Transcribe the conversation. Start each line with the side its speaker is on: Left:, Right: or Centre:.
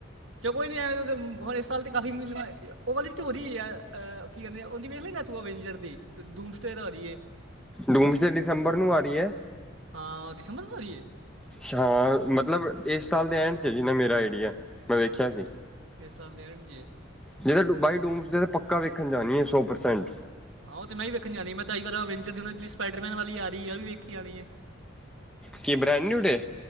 Right: ਚ ਕੋਈ ਨਹੀਂ ਆ ਇਸ ਸਾਲ ਤਾਂ ਕਾਫ਼ੀ ਮਿਲ ਉਹਓਵ ਵੀ ਤਾਂ ਹੋ ਰ ਹੈ ਕੀ ਉਹਦੀ ਵੇਖ ਲ ਨਾ ਤੂੰ ਅਵੇਂਜਰ ਦੀ ਦੂਮਸ ਸਟੇਰਾ ਹੋ ਰਹੀ ਹੈ
Centre: ਡੂਮ ਦਸੰਬਰ ਨੂੰ ਆ ਰਹੀ ਹੈ
Right: ਹਾਂ ਦਿਸੰਬਰ ਨੂੰ ਆ ਰਹੀ ਹੈ
Centre: ਅੱਛਾ ਮਤਲਬ ਇਸ ਸਾਲ ਦੇ ਐਂਡ ਚ ਜਿਨਾ ਮੇਰਾ ਆਈਡੀਆ ਮੈਂ ਵੇਖਿਆ ਸੀ
Right: ਇਸ ਸਾਲ ਦੇਣ ਗੇ
Centre: ਜਿ ਬਾਈ ਦੂਮ ਪੱਕਾ ਵੇਖਣ ਜਾਣੀ ਹੈ ਸੌ ਪ੍ਰਸੈਂਟ
Right: ਆਹੋ ਮ ਵੀ ਵੇਖਣ ਜਾਣੀ ਆ ਮੈਂ ਤਾਂਈ ਵਾਰ ਅਂਜਰ ਜਿਹੜ ਸਪਾਈਡਰ ਮਨ ਵਾਲੀ ਆ ਰਹੀ ਹੈ ਉਹ ਵੀ ਵੇਖ ਆਣੀ ਹੈ
Centre: ਕੀ ਬਰੈਡਨਿਊ ਨੇ